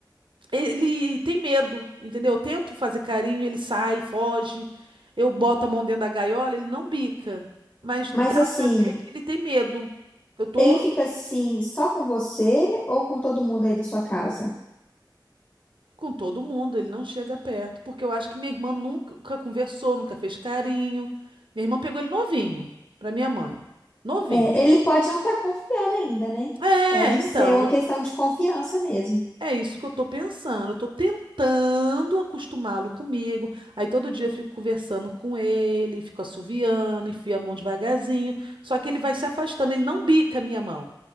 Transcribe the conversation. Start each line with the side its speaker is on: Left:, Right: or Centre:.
Right: ele tem medo, entendeu? Eu tento fazer carinho, ele sai, foge. Eu boto a mão dentro da gaiola, ele não bica, mas
Left: Mas assim,
Right: ele tem medo. Eu tô
Left: ele fica assim só com você ou com todo mundo aí da sua casa?
Right: Com todo mundo, ele não chega perto, porque eu acho que minha irmã nunca conversou, nunca fez carinho. Minha irmã pegou ele novinho, para minha mãe. Novinho.
Left: É, ele pode não estar confiando ainda, né?
Right: É,
Left: Pode
Right: então,
Left: ser uma questão de confiança mesmo.
Right: É isso que eu tô pensando. Eu tô tentando acostumá-lo comigo. Aí todo dia eu fico conversando com ele, fico assoviando, enfio a mão devagarzinho. Só que ele vai se afastando, ele não bica a minha mão,